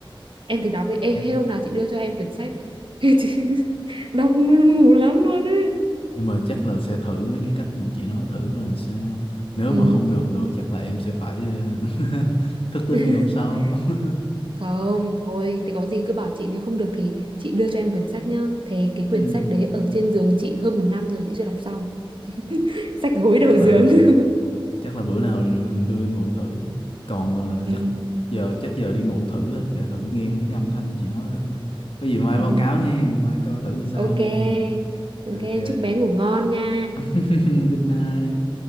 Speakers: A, on the right (about 65°); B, on the left (about 75°).
A: em thử đọc đi Ê,
B: nói
A: hôm nào chị đưa cho em quyển sách <laughs> chị đọc muốn ngủ lắm luôn ấy
B: nhưng mà chắc là sẽ thử mấy cái cách mà chị nói thử coi làm sao nếu
A: ừ
B: mà không được nữa chắc là em sẽ phải ờ, <laughs> thức tới
A: <laughs>
B: ngày hôm sau <laughs>
A: Không, thôi, thì có gì cứ bảo chị nếu không được thì chị đưa cho em quyển sách nhá. Thế cái quyển
B: Ừm,
A: sách đấy ở trên giường chị hơn một năm rồi chị chưa đọc xong. <laughs> Sách gối đầu
B: chắc là
A: giường. <laughs>
B: chắc là bữa nào đưa em mượn thử còn ờ,
A: ừ,
B: chắc giờ chắc giờ đi ngủ thử thôi, để thử nghe mấy cái âm thanh chị nói thử coi có gì mai
A: ừ.
B: báo cáo nghe mai coi thử làm sao
A: Ok,
B: nghe
A: ok,
B: ok
A: chúc bé ngủ ngon nha.
B: <laughs> good night